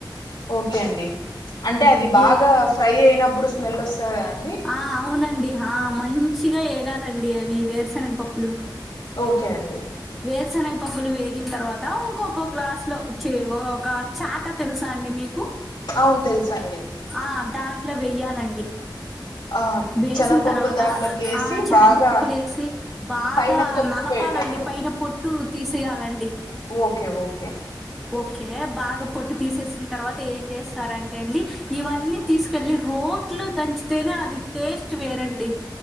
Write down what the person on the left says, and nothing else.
ఓకే అండి అంటే అది బాగా
ఫ్రై అయినప్పుడు స్మెల్ వస్తది గదం
ఓకే అండి
ఔన్ తెలుసండి
ఆ
శనగపప్పులు
దాంట్లోకి వేసి
బాగా
పైన తొక్కుపోయేటట్టు
ఓకే ఓకే